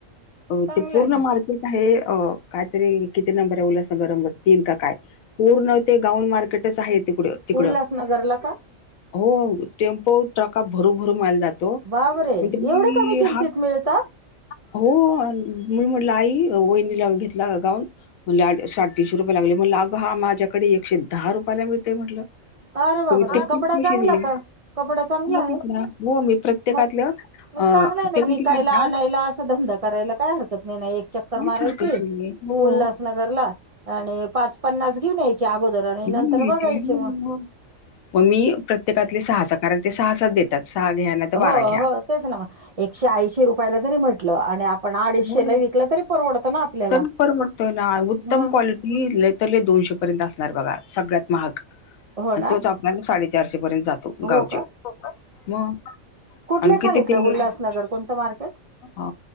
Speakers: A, on the left (about 85°); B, on the right (about 60°).
A: हो
B: चांगलं
A: ते पूर्ण
B: आहे ना
A: माल हे अ कायतरी किती नंबर आहे उल संग नंबर तीन का काय? पूर्ण ते गाउन मार्केटच आहे तिकडं तिकडं.
B: उल्हासनगरला का
A: हो टेम्पो ट्रका भरू भरू माल जातो.
B: बापरे
A: मग ते <unintelligible>
B: एवढे कमी किमतीत मिळतात
A: हो अन् मी म्हटलं आई वहिनीला घेतला का गाऊन? म्हणली आल्या साडेतीनशे रुपये लागले म्हटली अगं हा माझ्याकडे एकशे दहा रुपयाला मिळतोय म्हटलं.
B: अरे बापरे
A: तुम्ही ते
B: कपडा
A: पण पैसे
B: चांगला
A: दिले
B: का कपडा चांगला हाय?
A: कपडा हो मी प्रत्येकातलं
B: मग मग
A: अ
B: चांगल आहे ना
A: ते किती
B: विकायला
A: करतात
B: आणायला असा धंदा करायला काय हरकत नाही ना, एक चक्कर
A: काहीच
B: मारायची
A: हरकत नाहीये हो
B: उल्हासनगरला आणि पाच पन्नास घेऊन याय च्या अगोदर आणि
A: घेऊन
B: नंतर
A: यायचे.
B: बघायची मग.
A: हो. मग मी प्रत्येकातले सहा सहा कारण ते सहा सहा देतात सहा घ्या नाही तर बारा
B: हो,
A: घ्या.
B: हो. तेच ना मग. एकशे ऐंशी रुपयाला जरी म्हटलं आणि आपण अडीचशेला
A: हो,
B: विकलं तरी परवडतं ना आपल्याला.
A: तर परवडतोय ना उत्तम
B: मग
A: क्वालिटी लय तर लय दोनशे पर्यंत असणार बघा सगळ्यात महाग.
B: हो ना?
A: अन् तोच आपल्याला साडेचारशे पर्यंत जातो
B: हो
A: गावचे. हो का? मग?
B: कुठले
A: आणि
B: सांगितलं
A: किती ते
B: उल्हासनगर कोणतं मार्केट?
A: अ